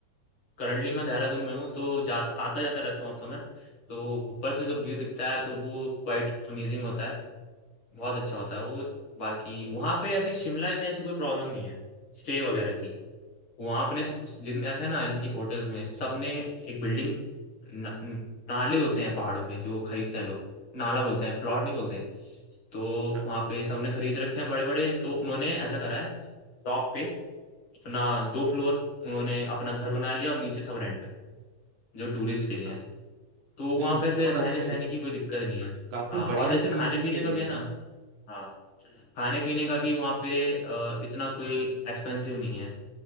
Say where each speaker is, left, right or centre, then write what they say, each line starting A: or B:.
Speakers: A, on the left; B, on the right.
A: करंटली मैं देहरादून में हूँ तो जाता आता जाता रहता हूँ अब तो मैं तो ऊपर से जब व्यू दिखता है तो वो क्वाइट अमेजिंग होता है बहुत अच्छा होता है वो बाकी वहां पे ऐसी शिमला जैसी कोई प्रॉब्लम नहीं है स्टे वगैरह की वहां अपने जितने ऐसा है ना जैसे कि होटल्स में सबने एक बिल्डिंग न, न- नाले होते हैं पहाड़ों पे जो खरीदते हैं लोग नाला बोलते हैं प्लॉट नहीं बोलते हैं। तो
B: अच्छा
A: वहां पे सबने खरीद रखे हैं बड़े बड़े तो उन्होंने ऐसा करा है टॉप पे अपना दो फ्लोर उन्होंने अपना घर बना लिया और नीचे सब रेंट पे जो टूरिस्ट
B: अच्छा
A: के लिए है तो
B: नहीं
A: वहां पे ऐसे
B: बहुत
A: रहने
B: अच्छे
A: सहने की कोई दिक्कत नहीं है
B: काफी
A: हाँ और
B: बढ़िया
A: जैसे
B: चीज
A: खाने
B: भी
A: पीने
B: है
A: का
B: ये
A: भी है ना हाँ खाने पीने का भी वहाँ पे अ, इतना कोई एक्सपेंसिव नहीं है